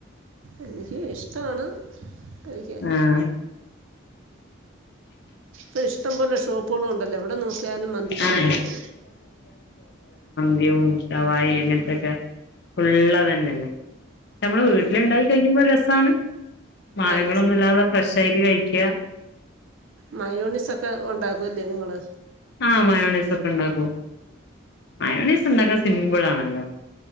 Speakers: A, on the right; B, on the left.
A: എനിക്ക് ഇഷ്ടമാണ് കഴിക്കാൻ
B: ആഹ്
A: ഇപ്പൊ ഇഷ്ടംപലെ ഷോപ്പുകളും ഉണ്ടല്ലോ എവിടെ നോക്കിയാലും മന്തി
B: ആഹ്
A: ഷോപ്പുണ്ട്.
B: <unintelligible> ഷവായി
A: ഉം
B: അങ്ങനത്തൊക്കെ ഫുൾ അതെന്നെയല്ലേ നമ്മള്
A: ഉം
B: വീട്ടിലിണ്ടായി കഴിക്കുമ്പോ രസാണ്. പഴങ്ങളൊന്നുല്ലാതെ
A: ആണോ
B: ഫ്രഷ് ആയിട്ട് കഴിക്കാ
A: മായോണസൊക്കെ ഉണ്ടാക്കുംല്ലേ നിങ്ങള്
B: ആഹ് മയോണൈസൊക്കെ ഒക്കെ ഉണ്ടാക്കും. മയോന്നൈസ് ഉണ്ടാക്കാൻ സിംമ്പിൾ ആണല്ലോ